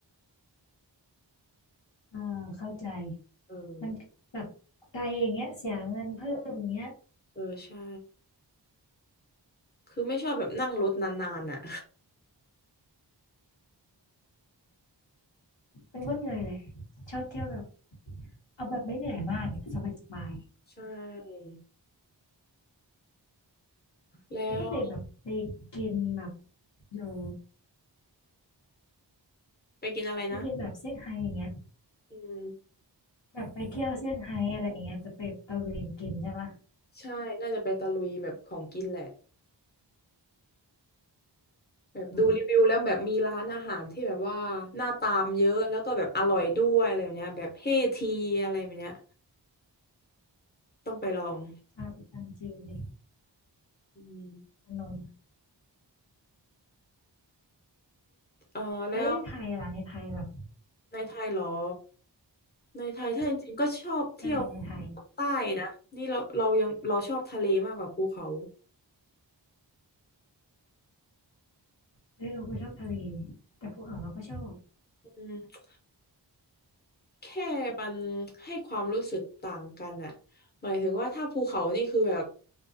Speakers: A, on the left; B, on the left.
A: อ่าเข้าใจ
B: เออ
A: มันแบบไกลอย่างเงี้ยเสียเงินเพิ่มอย่างเงี้ย
B: เออใช่คือไม่ชอบแบบนั่งรถนานๆอ่ะ
A: เป็นคนเหนื่อยเลยชอบเที่ยวแบบเอาแบบไม่เหนื่อยมากเนี่ยสบายสบาย
B: <laughs> ใช่แล้ว
A: ไม่ต้องไปแบบไปกินแบบอยู่
B: ไปกินอะไรนะ
A: ไปกินแบบเซี่ยงไฮ้อย่างเงี้ย
B: อืม
A: แบบไปเที่ยวเซี่ยงไฮ้อะไรอย่างเงี้ยจะไปตะเวนกินใช่ปะ
B: ใช่น่าจะไปตะลุยแบบของกินแหละแบบดูรีวิวแล้วแบบมีร้านอาหารที่แบบว่าน่าตามเยอะแล้วก็แบบอร่อยด้วยอะไรแบบเนี้ยแบบเฮทีอะไรแบบเนี้ย
A: อืม
B: ต้องไปลอง
A: ชาประจำจีนเลย
B: อืม
A: ขนม
B: เออแล้ว
A: แล้วในไทยล่ะในไทยแบบ
B: ในไทยเหรอในไทยถ้าจริงๆก็ชอบเที่ยว
A: เอ๊ะใช่ในไทย
B: ใต้นะนี่เราเรายังเราชอบทะเลมากกว่าภูเขา
A: เอ้ยเราก็ชอบทะเลแต่ภูเขาเราก็ชอบ
B: อืม แค่มันให้ความรู้สึกต่างกันอะหมายถึงว่าถ้าภูเขานี่คือแบบ